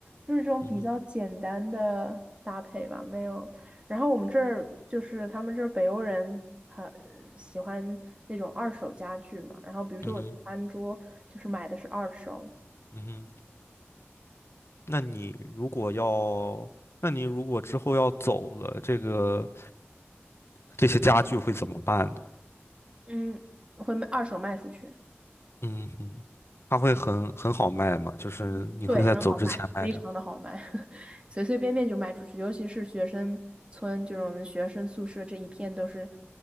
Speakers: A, on the right (about 25°); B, on the left (about 70°).
A: 就是这种比较简单的搭配吧，
B: 嗯哼，
A: 没有。然后我们这儿就是他们这儿北欧人很喜欢那种二手家具嘛，然后比如说我的餐桌就是买的是二手，
B: 嗯哼，嗯哼。那你如果要，那你如果之后要走了，这个这些家具会怎么办呢？
A: 嗯，会卖二手卖出去。
B: 嗯哼，它会很很好卖吗？就是你会在走之前卖掉？
A: 嗯对，很好卖，非常的好卖，<laughs> 随随便便就卖出去。尤其是学生村，就是我们学生宿舍这一片都是